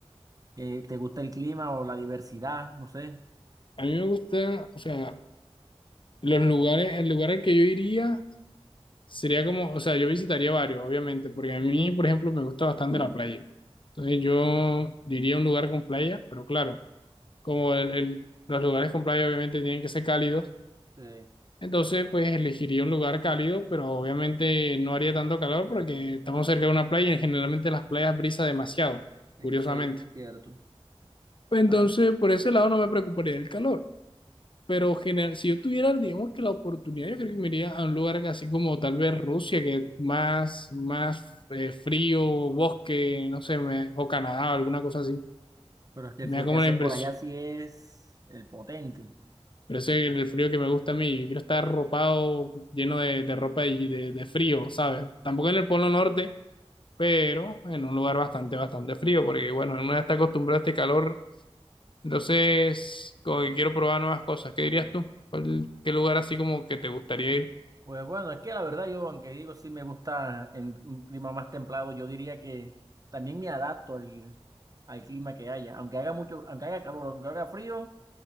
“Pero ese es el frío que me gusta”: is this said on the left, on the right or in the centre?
Left